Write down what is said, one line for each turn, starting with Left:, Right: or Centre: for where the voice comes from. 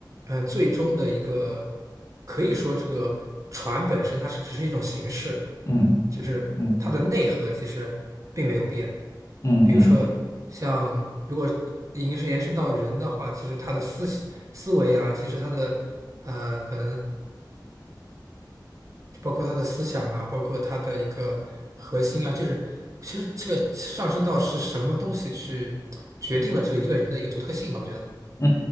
Right: 呃，最终的一个可以说这个船本身它是只是一种形式，
Left: 嗯
Right: 就是它的内核其实并没有变。
Left: 嗯嗯嗯
Right: 比如说，像如果已经是延伸到人的话，其实他的思思维啊，其实他的可能包括他的思想啊，包括他的一个核心啊，就是其实这个上升到是什么东西去决定了这个一个人的一个独特性吧，我觉得，
Left: 嗯